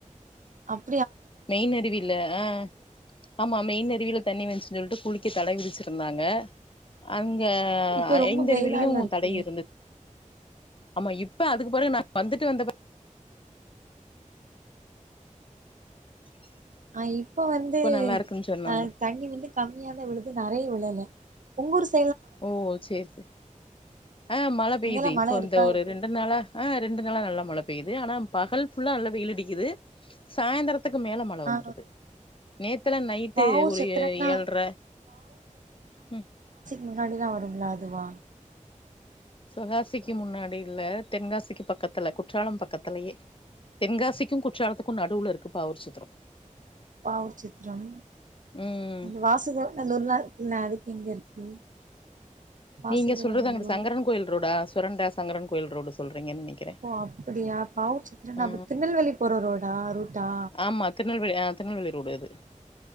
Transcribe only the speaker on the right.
அப்
இப்ப ரொம்ப
வெயிலால இருக்கு
அ இப்ப வந்து
அ தண்ணி வந்து கம்மியாதா விழுது நெறய விழல உங்கூருஸ்
அங்கெல்லா மழ
இருக்கா
எப்டி
ஆ
பாவூர்
சத்திரம்னா
முன்னாடிதா வரும்லா அதுவா
பாவூர்சத்திரம்
அந்த வாசக இன்னோர் நாள் இல்ல அதுக்கு எங்க இருக்கு <inaudible> வாசுதேவநல்லூர்
ஓ அப்படியா பாவச்சு நீங்க
அப்ப திருநெல்வேலி போற ரோடா ரூட்டா